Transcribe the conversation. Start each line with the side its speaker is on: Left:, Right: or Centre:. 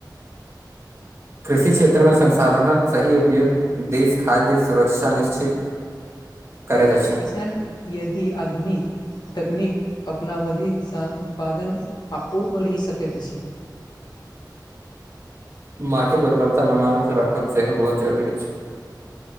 Right: कृषि क्षेत्र में संसाधनक सही उपयोग देश खाद्य सुरक्षा निश्चित करैत अछि
Left: किसान यदि आधुनिक तकनीक अपनावधिसँ उत्पादन ओर बढ़ि सकैत अछि
Right: माटि के उर्वरता बनाबे राखब सेहो बहुत जरुरी अछि